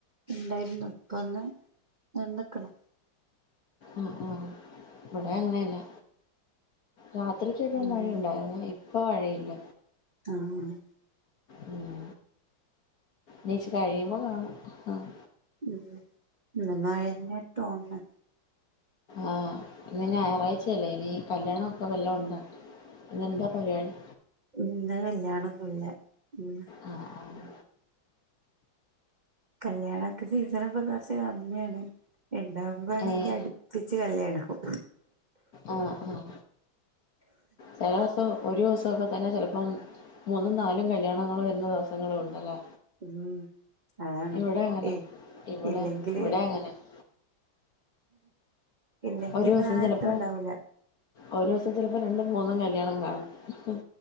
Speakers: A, on the right; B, on the left.
A: ഉണ്ടായിരുന്നു ഇപ്പൊന്ന് വന്ന്ക്ക്ണ്
B: ആഹ് ആഹ് ഇവിടെ അങ്ങനെന്നെ രാത്രിയ്ക്കെ ആയിട്ട്
A: ഉം
B: മഴയുണ്ടായിരുന്നു ഇപ്പൊ മഴയില്ല
A: ആഹ്
B: ഉം നീച്ച് കഴിയുമ്പോ കാണും. ആഹ്
A: ഉം ഇന്ന് മഴന്നെ തോൺണെ
B: ആഹ് ഇന്ന് ഞായറാഴ്ചയല്ലേ ഇനി കല്യാണ ഒക്കെ വല്ല ഉണ്ടോ? ഇന്നെന്താ പരിപാടി?
A: ഇന്ന് കല്യാണൊന്നുല്ല. ഉം
B: ആ ആ
A: കല്യാണ ഒക്കെ സീസണിപ്പൊ കൊറച്ച് കമ്മിയാണ് ഉണ്ടാവുമ്പോ ആണെങ്കി
B: ഏ
A: അടു പ്പിച്ച് കല്യാണ ആകും
B: ആഹ് ആഹ് ചെല ദിവസം ഒരു ദിവസക്കെ തന്നെ ചെലപ്പം മൂന്നും നാലും കല്യാണങ്ങൾ വരുന്ന ദിവസങ്ങളും ഉണ്ട് അല്ലേ
A: ഉം അതാണ്
B: ഇവിടെ അങ്ങനെ
A: ഏയ്
B: ഇവിടെ
A: ഇല്ലെങ്കില്
B: ഇവിടെ അങ്ങനെ <inaudible>
A: ഇല്ലെങ്കിന്ന്
B: ഒരു ദിവസം
A: ആ ഒരിതും
B: ചെലപ്പോ
A: ഉണ്ടാവൂല
B: ഒരു ദിവസം ചിലപ്പോ രണ്ടും മൂന്നും കല്യാണം കാണും അപ്പം